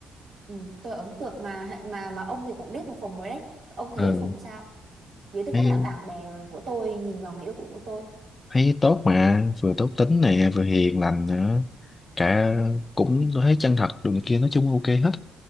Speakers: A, on the right (about 65°); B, on the left (about 30°).
A: ừ, tôi ấn tượng mà mà mà ông thì cũng biết một Phùng rồi đấy ông
B: ờ,
A: thấy Phùng sao dưới tư
B: Thấy,
A: cách là bạn bè của tôi nhìn vào người yêu cũ của tôi
B: thấy tốt mà, vừa tốt tính nè, vừa hiền lành nữa. Cả cũng tôi thấy chân thật đồ này kia nói chung ok hết.